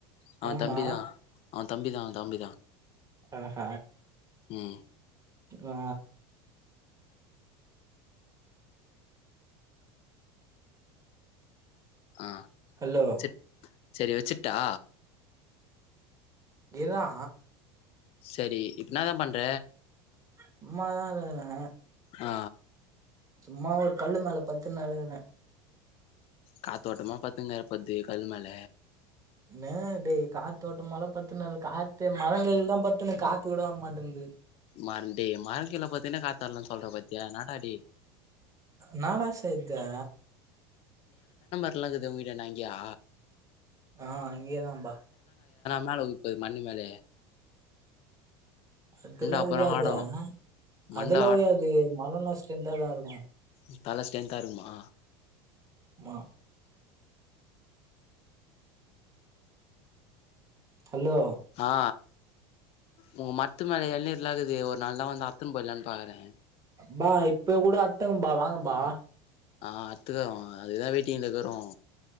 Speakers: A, on the left; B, on the right.
A: அவ
B: ஆமா
A: தம்பி தா அவ தம்பி தா அவ தம்பிதா
B: ஆஹ்ஹ
A: ம்
B: ஆ
A: ஆ
B: ஹலோ
A: ச சரி வச்சுட்டா
B: இர்ரா
A: சரி இப் எனா தா பண்ற
B: சும்மா தா இருக்குறே
A: ஆ
B: சும்மா ஒரு கல்லு மேல பத்துன்னு இக்குறே
A: காத்தோட்டமா பத்துன்னு இக்குற பத் கல்மேல
B: என்ன டேய் காத்தோட்டமால பத்துன்னு இருக்கல காத்து மரங்கல் தா பத்து அத்தன காத்து கூட வர மாட்டேந்தது
A: மண்டே மர கீழ பாத்தீன்னா காத்து வரலன்னனு சொல்றே பாத்தியா என்னடா டேய்
B: நான என் செய்தே
A: <unintelligible> வீட்டான்ட அங்யா
B: ஆ அங்கயே தான்ம்பா
A: மேலே விழப்போது மண்ணு மேலே
B: அதெல்லா
A: அப்புறோ
B: உழாது
A: ஆடு
B: ஆ
A: மண்ட
B: அதெல்லா உழாது மரல்லா ஸ்ட்ரென்தா இருக்கு
A: உ தல ஸ்ட்ரென்தா இருக்குமா
B: மா ஹலோ
A: ஆ உங்க மர்த்து மேல எள்நீர்லா இக்குது ஒரு நாள்னா வந்து அற்த்துன்னு போய்ட்லான் பாக்குறே
B: பா இப்பக் கூட அற்த்துங்கபா வாங்க பா
A: ஆ அற்த்துக்குறோ அதுக்குதா வெயிட்டிங்ல இக்குறோ